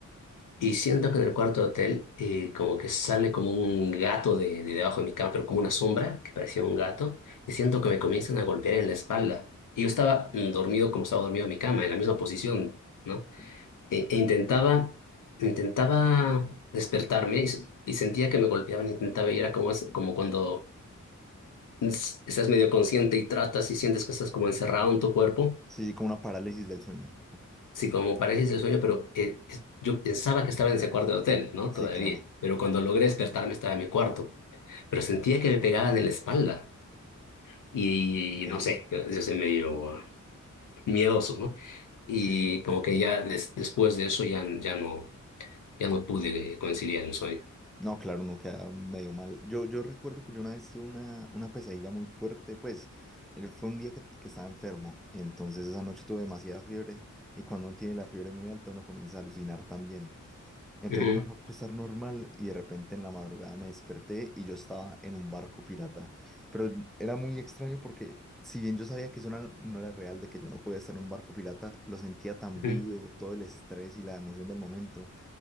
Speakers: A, on the left (about 80°); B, in the centre.
A: Y siento que en el cuarto hotel eh, como que sale como un gato de, de debajo de mi cama, pero como una sombra que parecía un gato, y siento que me comienzan a golpear en la espalda. Y yo estaba mm, dormido como estaba dormido en mi cama, en la misma posición, ¿no?
B: sí,
A: E, e intentaba, intentaba despertarme y, s- y sentía que me golpeaban, intentaba y era como, es- como cuando es- estás medio consciente y tratas y sientes que estás como encerrado en tu cuerpo.
B: sí, sí, como una parálisis del sueño. Ok.
A: Sí, como parece ese sueño, pero eh, es- yo pensaba que estaba en ese cuarto de hotel, ¿no?
B: Sí,
A: Todavía.
B: claro,
A: Pero cuando logré despertarme estaba en mi cuarto. Pero sentía que me pegaban en la espalda. Y
B: ok,
A: no sé, yo, yo soy medio miedoso, ¿no? Y
B: sí, sí.
A: como que ya des- después de eso ya, ya no, ya no pude conciliar el sueño.
B: No, claro, uno queda medio mal. Yo, yo recuerdo que yo una vez tuve una, una pesadilla muy fuerte, pues eh, fue un día que, que estaba enfermo, entonces esa noche tuve demasiada fiebre y cuando uno tiene la fiebre muy alta uno comienza a alucinar también. Entonces
A: Ujú,
B: yo me fui a acostar normal y de repente en la madrugada me desperté y yo estaba en un barco pirata. Pero era muy extraño porque si bien yo sabía que eso no era, no era real, de que yo no podía estar en un barco pirata, lo sentía tan
A: ujú,
B: vivo, todo el estrés y la emoción del momento